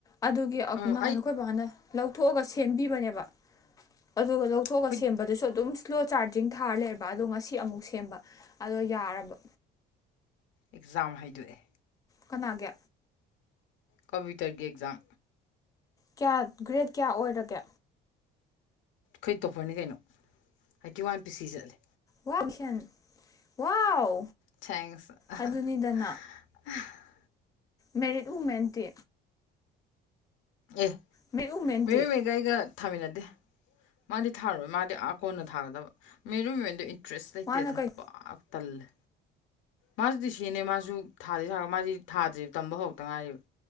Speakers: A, on the left; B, on the left.
A: ꯑꯗꯨꯒꯤ ꯑꯛ
B: ꯎꯝ
A: ꯅꯍꯥꯟ
B: ꯑꯩ
A: ꯑꯈꯣꯏ ꯕꯥꯅ ꯂꯧꯊꯣꯛꯑꯒ ꯁꯦꯝꯕꯤꯕꯅꯦꯕ ꯑꯗꯨꯒ ꯂꯧꯊꯣꯛꯑꯒ
B: ꯑꯩꯈꯣꯏ
A: ꯁꯦꯝꯕꯗꯁꯨ ꯑꯗꯨꯝ ꯏꯁ꯭ꯂꯣ ꯆꯥꯔꯖꯤꯡ ꯊꯥꯔ ꯂꯩꯕ ꯑꯗꯣ ꯉꯁꯤ ꯑꯃꯨꯛ ꯁꯦꯝꯕ ꯑꯗꯣ ꯌꯥꯔꯕ
B: ꯑꯦꯛꯖꯥꯝ ꯍꯥꯏꯗꯣꯛꯑꯦ
A: ꯀꯅꯥꯒꯤ
B: ꯀꯝꯄ꯭ꯌꯨꯇꯔꯒꯤ ꯑꯦꯛꯖꯥꯝ
A: ꯀ꯭ꯌꯥ ꯒ꯭ꯔꯦꯠ ꯀ꯭ꯌꯥ ꯑꯣꯏꯔꯒꯦ
B: ꯈꯣꯏ ꯇꯣꯞꯄꯔꯅꯤ ꯀꯩꯅꯣ ꯍꯥꯏꯇꯤ ꯋꯥꯟ ꯄꯤ ꯁꯤ ꯆꯠꯂꯦ
A: ꯋꯥ <unintelligible> ꯁꯟ ꯋꯥꯎ
B: ꯊꯦꯡꯁ <unintelligible>
A: ꯑꯗꯨꯅꯤꯗꯅ ꯃꯦꯔꯤꯠ ꯋꯨꯃꯦꯟꯇꯤ
B: ꯑꯦ
A: ꯃꯦꯔꯤꯠ ꯎꯃꯦꯟꯇꯤ
B: ꯃꯦꯔꯤ ꯃꯤ ꯑꯩꯒ ꯊꯥꯃꯤꯟꯅꯗꯦ ꯃꯥꯗꯤ ꯊꯥꯔꯣꯏ ꯃꯥꯗꯤ ꯑꯥ ꯀꯣꯟꯅ ꯊꯥꯒꯗꯕ ꯃꯦꯔꯤꯃꯦꯟꯗꯤ ꯇ꯭ꯔꯦꯁ ꯂꯩꯇꯦꯗ
A: ꯃꯥꯅ ꯀꯩ
B: ꯄꯥꯛ ꯇꯜꯂꯦ ꯃꯥꯁꯨ ꯗꯤꯁꯤꯅꯦ ꯃꯥꯁꯨ ꯊꯥꯗꯤ ꯊꯥꯔꯒ ꯃꯥꯗꯤ ꯊꯥꯗ꯭ꯔꯤ ꯇꯝꯕ ꯍꯧꯔꯛꯇ ꯉꯥꯏꯔꯤꯕ